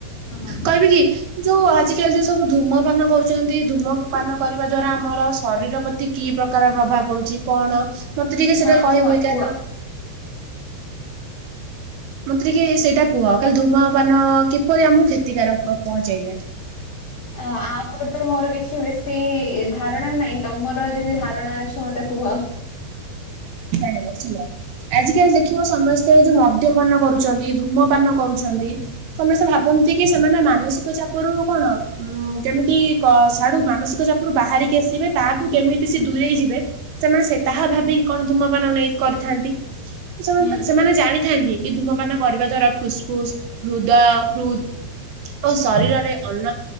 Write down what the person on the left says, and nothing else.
ହଁ।
ହଁ
କୁହ କୁହ।
ଆ ଉପରେ ତ ମୋର କିଛି ବେଶୀ ଧାରଣା ନାହିଁ। ତମର ଯଦି ଧାରଣା ଅଛି ମତେ କୁହ।
ହୁଁ।
ହୁଁ